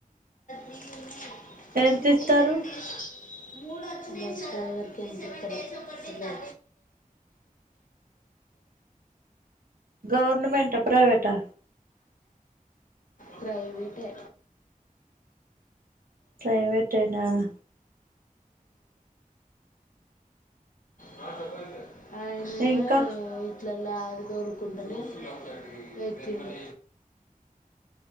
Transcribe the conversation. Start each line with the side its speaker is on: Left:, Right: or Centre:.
Left: పోవుడు
Right: ఎంత్తిస్తారు
Left: సెవెన్ డేస్ మూడు వచ్చ బస్ డ్రైవరికి ఎంతి ఇస్తాడో తెలియదు
Right: గవర్నమెంట్ ఆ ప్రైవేటా
Left: ప్రైవేట్ఎ
Right: ప్రైవేట్ఎనా ఆ
Left: హలో చెప్పండి సార్ అయినా
Right: ఇంకా
Left: వీట్లలా అది దొర్లుకుంటానే ఎతిండు